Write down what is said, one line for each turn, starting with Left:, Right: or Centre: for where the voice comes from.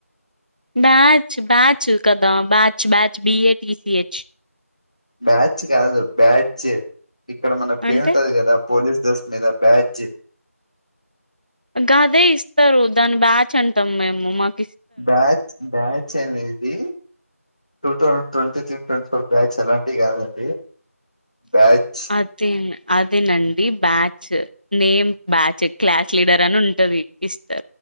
Right: బ్యాచ్ బ్యాచ్ కదా batch batch B A T C H
Left: batch కాదు బ్యాడ్జ్ ఇక్కడ మన పే
Right: అంటే
Left: ఉంటది కదా పోలీస్ డ్రెస్ మీద బ్యాడ్జ్
Right: గదే ఇస్తరు దాన్ని బ్యాచ్ అంటాం మేము మాక్
Left: బ్యాచ్ బ్యాచ్ అనేది two thousand twenty three twenty four batch అలాంటి కాదండి బ్యాచ్
Right: అది న్ అదేనండి batch name batch class leader అని ఉంటది ఇస్త్